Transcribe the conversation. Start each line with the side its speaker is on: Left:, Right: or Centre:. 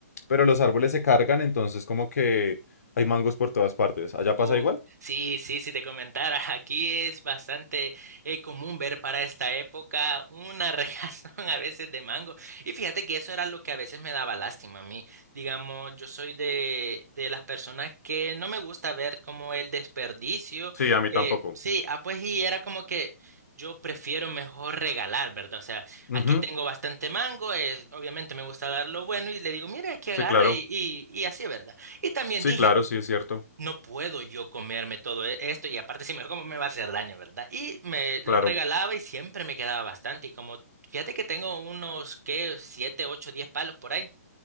Left: pero los árboles se cargan, entonces como que hay mangos por todas partes. ¿Allá pasa
Right: Oh,
Left: igual?
Right: sí, sí, si te comentara, <laughs> aquí es bastante eh, común ver para esta época una <laughs> regazón a veces de mango. Y fíjate que eso era lo que a veces me daba lástima a mí. Digamos, yo soy de, de las personas que no me gusta ver como el desperdicio.
Left: Sí, a mí
Right: eh,
Left: tampoco.
Right: sí, ah, pues y era como que yo prefiero mejor regalar, ¿verdad? O sea,
Left: Ujú,
Right: aquí tengo bastante mango, eh, obviamente me gusta dar lo bueno y le digo, mira, que agarre
Left: Sí, claro.
Right: y, y y así, ¿verdad? Y también
Left: Sí,
Right: dije,
Left: claro, sí, es cierto.
Right: no puedo yo comerme todo e- esto y aparte si me lo como me va a hacer daño, ¿verdad? Y me
Left: Claro.
Right: lo regalaba y siempre me quedaba bastante y como fíjate que tengo unos qué siete, ocho, diez palos por ahí.